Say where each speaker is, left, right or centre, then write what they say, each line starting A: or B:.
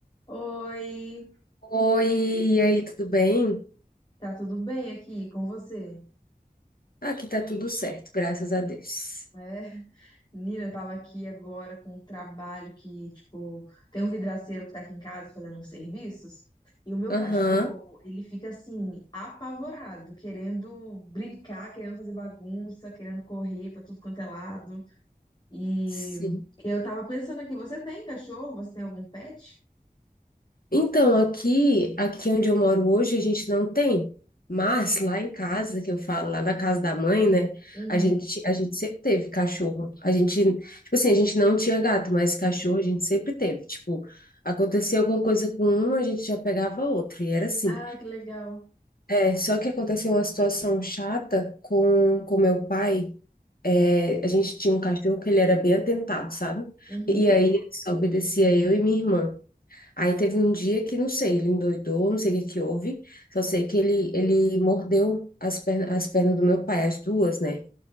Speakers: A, on the left; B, on the left.
A: Oi,
B: Oi, e aí, tudo bem?
A: tá tudo bem aqui com você?
B: Aqui tá tudo certo, graças a Deus.
A: É, menina, eu tava aqui agora com um trabalho que, tipo, tem um vidraceiro que tá aqui em casa fazendo uns serviços e o meu
B: Aham,
A: cachorro, ele fica assim, apavorado, querendo brincar, querendo fazer bagunça, querendo correr pra tudo quanto é lado. E,
B: sim.
A: e eu tava pensando aqui, você tem cachorro? Você tem algum pet?
B: Então, aqui, aqui onde eu moro hoje, a gente não tem, mas lá em casa, que eu falo, lá na casa da mãe, né?
A: Uhum.
B: A gente, a gente sempre teve cachorro. A gente, tipo assim, a gente não tinha gato, mas cachorro a gente sempre teve. Tipo, acontecia alguma coisa com um, a gente já pegava outro, e era assim.
A: Ah, que legal.
B: É, só que aconteceu uma situação chata com, com meu pai. É, a gente tinha um cachorro que ele era bem atentado, sabe?
A: Uhum.
B: E aí ele só obedecia eu e minha irmã. Aí teve um dia que, não sei, ele endoidou, não sei o que que houve, só sei que ele, ele mordeu as pernas, as pernas do meu pai, as duas, né?